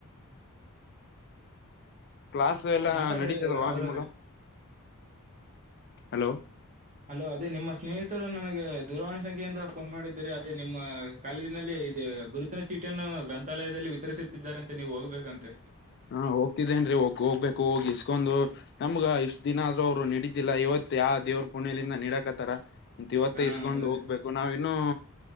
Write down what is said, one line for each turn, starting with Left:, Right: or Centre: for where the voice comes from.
Right: <unintelligible>
Left: ಕ್ಲಾಸ್ ಎಲ್ಲ
Right: ಮಾತಾಡ್ರಿ
Left: ನೆಡಿತದವಾ
Right: ರಾಹುಲ್
Left: ನಿಮ್ಗ
Right: ಅವ್ರೆ
Left: ಹಲೋ.
Right: ಹಲೋ ಅದೇ ನಿಮ್ಮ ಸ್ನೇಹಿತರು ನನಗೆ ದೂರವಾಣಿ ಸಂಖ್ಯೆಯಿಂದ ಫೋನ್ ಮಾಡಿದ್ದ್ರ ಅದೇ ನಿಮ್ಮ. ಕಾಲೇಜಿನಲ್ಲಿ ಇ ಗುರುತಿನ ಚೀಟಿಯನ್ನು ಗ್ರಂಥಾಲಯದಲ್ಲಿ ವಿತರಿಸುತ್ತಿದ್ದಾರೆ ಅಂತ ನೀವು ಹೋಗ್ಬೇಕಂತೆ.
Left: ಹಾ ಹೋಗ್ತಿದ್ದೇನ್ರೀ ಹೋಗ್ಬೇಕು ಹೋಗಿ ಇಸ್ಕೊಂಡು. ನಮ್ಗ ಇಷ್ಟ್ ದಿನ ಆದ್ರೂ ಅವ್ರು ನಡಿದ್ದಿಲ್ಲ ಇವತ್ ಯಾವ ದೇವ್ರ ಪುಣ್ಯಲಿಂದ ನೀಡಕತಾರ. ಇವತ್ತೆ
Right: ಹಾ
Left: ಇಸ್ಕೊಂಡ್
Right: ಹೌದ್ರಿ
Left: ಹೋಗ್ಬೇಕು ನಾವಿನ್ನೂ.